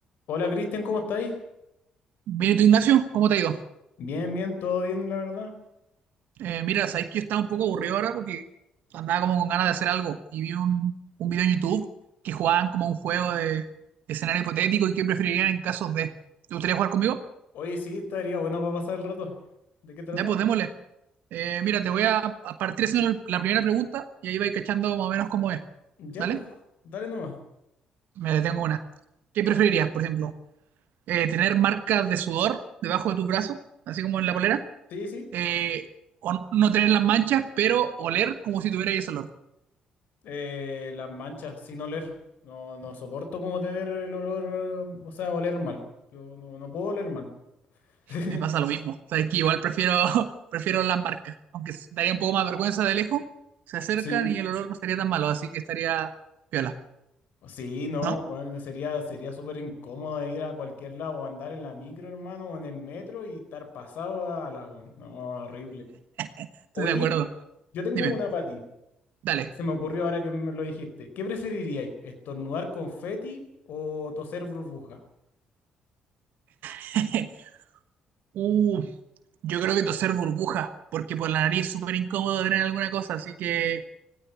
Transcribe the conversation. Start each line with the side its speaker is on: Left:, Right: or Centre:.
Left: Hola Cristian, ¿cómo estáis?
Right: Bien, ¿y tú, Ignacio? ¿Cómo te ha ido?
Left: Bien, bien, todo bien, la verdad.
Right: Eh, mira, sabéis que yo estaba un poco aburrido ahora porque andaba como con ganas de hacer algo y vi un, un video en YouTube que jugaban como un juego de de escenario hipotético y qué preferirían en casos de. ¿Te gustaría jugar conmigo?
Left: Oye, sí, estaría bueno para pasar el rato. ¿De qué trata?
Right: Ya, pues démosle. Eh, mira, te voy a, a partir haciendo la la primera pregunta y ahí vais cachando más o menos cómo es.
Left: Ya,
Right: ¿Vale?
Left: pues, dale nomás.
Right: Me detengo una. ¿Qué preferirías, por ejemplo? Eh, ¿tener marcas de sudor debajo de tu brazo, así como en la polera?
Left: Sí, sí.
Right: Eh, ¿o no tener las manchas, pero oler como si tuvierais ese olor?
Left: Eh, las manchas, sin oler. No, no soporto como tener el olor, eh, o sea, oler mal. Yo no, no puedo oler mal. <laughs>
Right: Me pasa lo mismo. Sabes que igual prefiero, <laughs> prefiero las marcas, aunque s- daría un poco más vergüenza de lejos, se acercan
Left: Sí.
Right: y el olor no sería tan malo, así que estaría piola,
Left: Sí, no,
Right: ¿no?
Left: bueno, sería, sería súper incómodo ir a cualquier lado, andar en la micro, hermano, o en el metro y estar pasado a la, bueno, no, horrible.
Right: Estoy
Left: Oye,
Right: de acuerdo.
Left: yo tengo
Right: Dime,
Left: una para ti.
Right: dale.
Left: Se me ocurrió ahora que me lo dijiste. ¿Qué preferiríais? ¿Estornudar confeti o toser burbuja?
Right: <laughs> Uh, yo creo que toser burbuja, porque por la nariz es súper incómodo tener alguna cosa, así que